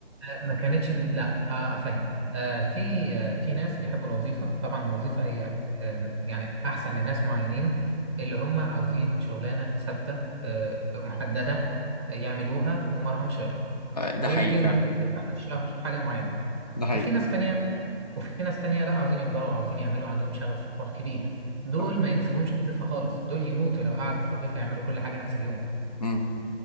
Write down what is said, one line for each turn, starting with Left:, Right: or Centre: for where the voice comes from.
Right: ما كانتش لا آه، افهمك آه، في آه، في ناس يحبوا الوظيفه طبعا الوظيفه هي آم، يعني احسن لناس معينين اللي هم عاوزين شغلانه ثابته آه، محدده آه، يعملوها وما لهمش غيرها
Left: آه، ده
Right: ويجي
Left: حقيقي فعلا
Right: لهم آخر الشهر حاجه معينه
Left: ده حقيقي
Right: وفي ناس تانية وفي ناس تانية لا عاوزين يكبروا عاوزين يعملوا عندهم شغف وطموح كبير دول
Left: صح
Right: ما يناسبهمش وظيفه خالص دول يموتوا لو قعدوا في وظيفه يعملوا كل حاجه نفس اليوم
Left: امم